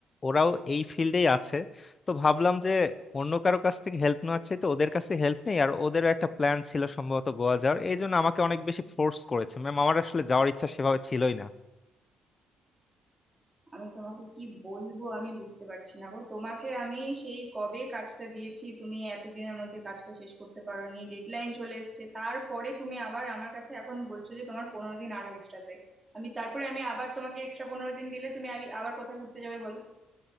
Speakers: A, on the left; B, on the right.
A: ওরাও এই ফিল্ডেই আছে তো ভাবলাম যে অন্য কারো কাছ থেকে হেল্প নেওয়ার চাইতে ওদের কাছে হেল্প নেই আর ওদেরও একটা প্ল্যান ছিল সম্ভবত গোয়া যাওয়ার এই জন্য আমাকে অনেক বেশি ফোর্স করেছে ম্যাম আমার আসলে যাওয়ার ইচ্ছা সেভাবে ছিলই না
B: আমি তোমাকে কি বলবো আমি বুঝতে পারছি না গো তোমাকে আমি সেই কবে কাজটা দিয়েছি তুমি এতদিনের মধ্যে কাজটা শেষ করতে পারোনি ডেডলাইন চলে এসেছে তারপরে তুমি আবার আমার কাছে এখন বলছো যে তোমার পনেরো দিন আরো এক্সট্রা চাই আমি তারপরে আমি আবার তোমাকে এক্সট্রা পনেরো দিন দিলে তুমি আবি- আবার কোথায় ঘুরতে যাবে বলো